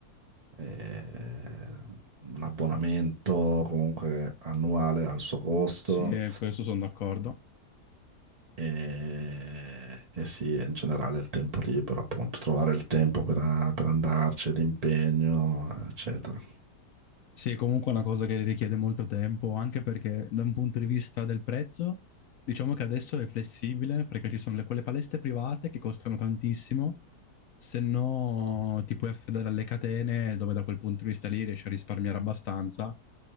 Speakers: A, on the right (about 35°); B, on the left (about 65°).
A: eh, un abbonamento comunque annuale al suo costo
B: Sì, questo sono d'accordo.
A: e, e sì, in generale il tempo libero, appunto, trovare il tempo per, per andarci, l'impegno, eccetera.
B: Sì, è comunque una cosa che richiede molto tempo, anche perché da un punto di vista del prezzo, diciamo che adesso è flessibile, perché ci sono le- quelle palestre private che costano tantissimo, se no ti puoi affidare alle catene, dove da quel punto di vista lì riesci a risparmiare abbastanza,